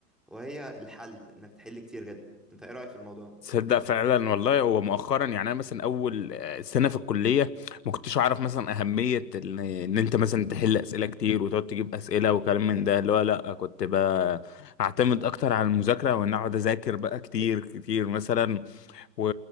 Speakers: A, in the centre; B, on the left.
A: وهي الحل إنك تحل كتير جدا أنت إيه رأيك في الموضوع؟
B: تصدق فعلا والله هو مؤخرا يعني انا مثلا اول آه، سنه في الكليه ما كنتش اعرف مثلا اهميه ال- ان انت مثلا تحل اسئله كتير وتقعد تجيب اسئله وكلام
A: امم
B: من ده اللي هو لا كنت بقى اعتمد اكتر على المذاكره وان اقعد اذاكر بقى كتير كتير مثلا و-